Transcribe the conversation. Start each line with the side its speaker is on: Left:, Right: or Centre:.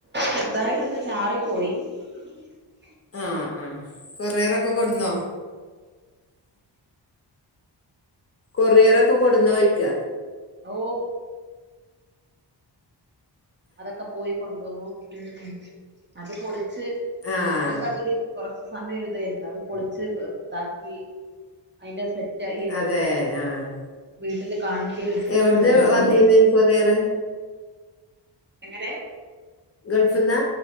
Right: ശ്രദ്ധായിട്ട്ൊന്ന് ചാറിപ്പോയി ഉ
Left: ആഹ ആഹ കൊററൊക്കെ കൊടന്നോ കൊറിയറൊക്കെ കൊടുന്ന്ോഴിക്ക
Right: ഓ അതൊക്കെ പോയി കൊണ്ടുവന്നു ഉ അത് പൊളിച്ച്
Left: ആഹ്
Right: മക്കൾക്ക് അതൊരു കുറച്ച് സമയം ഒരുരിതായിരുന്നു അത് പൊളിച്ച് ഇതാക്കി അതിറെ സെറ്റ് ലക്കെ
Left: അതെ ആഹ്
Right: വീട്ടില് കാണിക്കലും
Left: എവിടുന്ന്
Right: ജബോ
Left: വന്നീന്ന് കൊറിയറ്
Right: എങ്ങനെ
Left: ഗൾഫ്ന്നാ